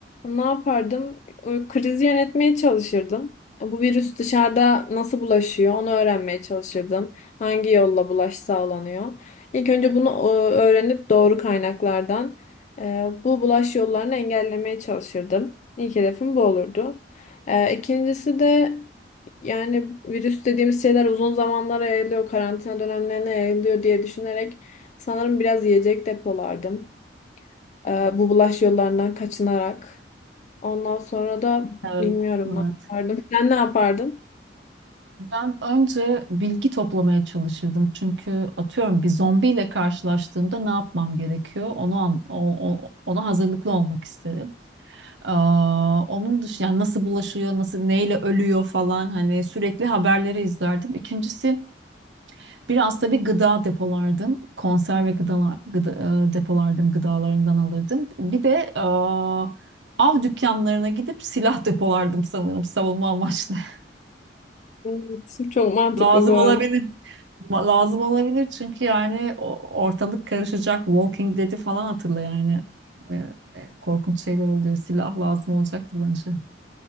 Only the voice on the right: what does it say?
Evet.
Evet.
Ben önce bilgi toplamaya çalışırdım. Çünkü atıyorum bir zombiyle karşılaştığımda ne yapmam gerekiyor? Onu an- o- o- ona hazırlıklı olmak isterim. Aa, onun dışında yani nasıl bulaşıyor, nasıl neyle ölüyor falan hani sürekli haberleri izlerdim. İkincisi biraz da bir gıda depolardım. Konserve gıdalar gıda, e, depolardım, gıdalarından alırdım. Bir de aa, av dükkanlarına gidip silah depolardım sanırım savunma amaçlı. <laughs>
Lazım
olabilir. Ma- Lazım olabilir çünkü yani o- ortalık karışacak. Walking Dead'i falan hatırla yani. E, e, korkunç şeyler oluyor. Silah lazım olacaktır bence.